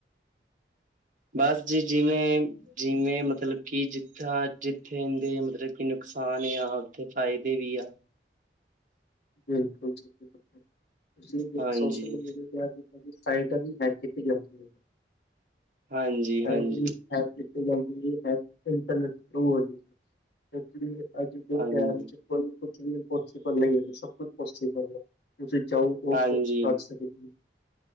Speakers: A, on the right; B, on the left.
A: ਬਸ ਜੀ ਜਿਵੇਂ ਜਿਵੇਂ ਮਤਲਬ ਕਿ ਜਿੱਥਾ ਜਿੱਥੇ ਇਹਦੇ ਮਤਲਬ ਕਿ ਨੁਕਸਾਨ ਆ ਔਥੇ ਫਾਇਦੇ ਵੀ ਆ।
B: ਬਿਲਕੁਲੀ ਜੀ ਬਿਲਕੁਲ ਤੁਸੀਂ ਵੀ
A: ਹਾਂਜੀ,
B: ਸੋਸ਼ਲ ਮੀਡੀਆ ਸਾਈਟਾ ਵੀ ਹੈਕ ਕੀਤੀ ਜਾਂਦੀਆਂ
A: ਹਾਂਜੀ,
B: ਸਾਈਟ
A: ਹਾਂਜੀ,
B: ਵੀ ਹੈਕ ਕੀਤੀ ਜਾਂਦੀ ਜੀ ਹੈਕ ਇੰਟਰਨੈਟ ਥਰੂ ਹੋ ਰਹੀ ਸੀ ਇਸ ਲਈਏ ਆਜ ਦੇ
A: ਹਾਂਜੀ,
B: ਟੇਈਮ ਚ ਕੋਈ ਕੁਛ ਵੀ ਇਨਪੋਸੀਬਲ ਨਹੀਂ ਹੈ ਸਭ ਕੁਛ ਪੋਸੀਬਲ ਹੈ। ਤੁਸੀਂ ਚੋ ਉਹ
A: ਹਾਂਜੀ,
B: ਕੁਛ ਕਰ ਸਕਦੇ ਹੋ